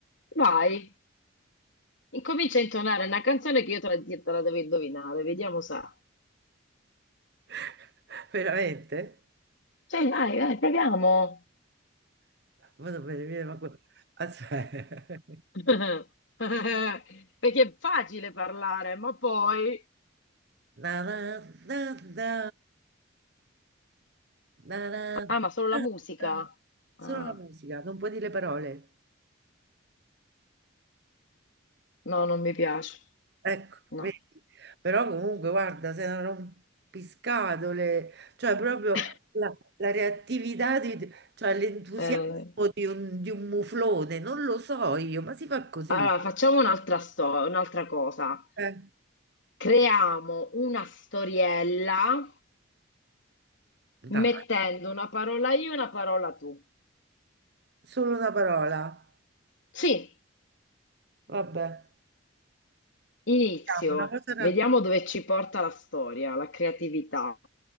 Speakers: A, on the left (about 65°); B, on the right (about 55°).
A: vai. Incomincia a intonare una canzone che io te la, te la devo indovinare, vediamo se.
B: <laughs> Veramente?
A: Cioè, dai, dai, proviamo.
B: Ma non me ne viene manco- Aspetta. <laughs>
A: <laughs> Perché è facile parlare, ma poi.
B: Na na na na. Na, na,
A: Ah, ma solo la
B: na,
A: musica.
B: na.
A: Ah.
B: Solo la musica, non puoi dire le parole.
A: No, non mi piace.
B: Ecco,
A: No.
B: vedi. Però comunque, guarda, sei una rompiscatole, cioè proprio
A: <laughs>
B: la, la reattività, di- cioè l'entusiasmo
A: Eh,
B: di un, di un muflone, non lo so io, ma si fa così.
A: allora, facciamo un'altra sto- un'altra cosa.
B: Eh,
A: Creiamo una storiella
B: dai,
A: mettendo una parola io e una parola tu.
B: solo una parola.
A: Sì,
B: Vabbè,
A: inizio.
B: Diciamo una cosa
A: Vediamo
B: rap-
A: dove ci porta la storia, la creatività.